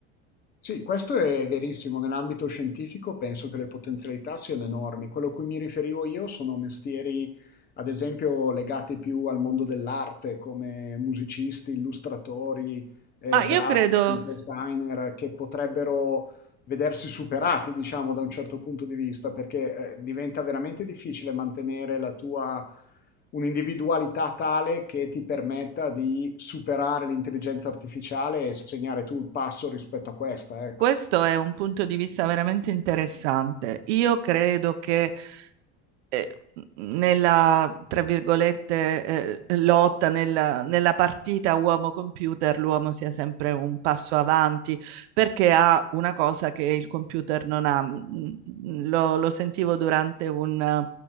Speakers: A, on the left (about 30°); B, on the right (about 85°).
A: Sì, questo è verissimo. Nell'ambito scientifico penso che le potenzialità siano enormi. Quello a cui mi riferivo io sono mestieri, ad esempio, legati più al mondo dell'arte, come musicisti, illustratori, eh,
B: Ma io
A: grafici,
B: credo,
A: designer, che potrebbero vedersi superati, diciamo, da un certo punto di vista, perché eh, diventa veramente difficile mantenere la tua un'individualità tale che ti permetta di superare l'intelligenza artificiale e segnare tu il passo rispetto a questa, ecco.
B: questo è un punto di vista veramente interessante. Io credo che eh, nella, tra virgolette, eh, lotta, nella, nella partita uomo-computer, l'uomo sia sempre un passo avanti perché ha una cosa che il computer non ha. Mm, mm, Lo, lo sentivo durante un, uh,